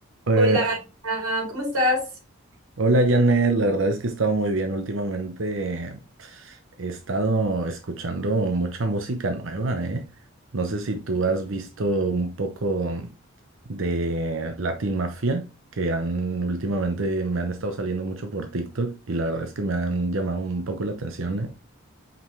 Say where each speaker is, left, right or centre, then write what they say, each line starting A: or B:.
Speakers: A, on the right; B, on the right.
A: Eh,
B: Hola, Ana, ¿cómo estás?
A: hola Janet, la verdad es que he estado muy bien últimamente. He estado escuchando mucha música nueva, ¿eh? No sé si tú has visto un poco de Latin Mafia, que han últimamente me han estado saliendo mucho por TikTok y la verdad es que me han llamado un poco la atención, ¿eh?